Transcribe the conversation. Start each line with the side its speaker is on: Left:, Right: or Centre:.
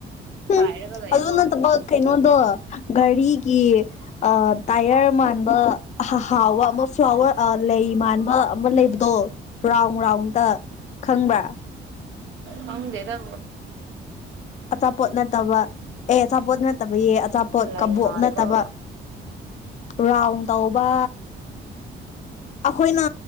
Right: ꯁꯥꯏꯔꯒ
Left: ꯎꯝ
Right: ꯂꯩꯌꯣ
Left: ꯑꯗꯨ ꯅꯠꯇꯕ ꯀꯩꯅꯣꯗꯣ ꯒꯔꯤꯒꯤ ꯑ ꯇꯥꯏꯌꯔ ꯃꯥꯟꯕ ꯍꯥꯎꯕ ꯑꯃ ꯐ꯭ꯂꯥꯋꯔ ꯂꯩ ꯃꯥꯟꯕ ꯑꯃ ꯂꯩꯕꯗꯣ ꯔꯥꯎꯟ ꯔꯥꯎꯟꯇ ꯈꯪꯕ꯭ꯔꯥ
Right: ꯈꯪꯗꯦꯗ
Left: ꯑꯆꯥꯄꯣꯠ ꯅꯠꯇꯕ ꯑꯦ ꯑꯆꯥꯄꯣꯠ ꯅꯠꯇꯕ ꯌꯦ ꯑꯆꯥꯄꯣꯠ
Right: ꯂꯩ
Left: ꯀꯕꯣꯛ
Right: ꯃꯥꯟꯕ
Left: ꯅꯠꯇꯕ ꯔꯥꯎꯟ ꯇꯧꯕ ꯑꯩꯈꯣꯏꯅ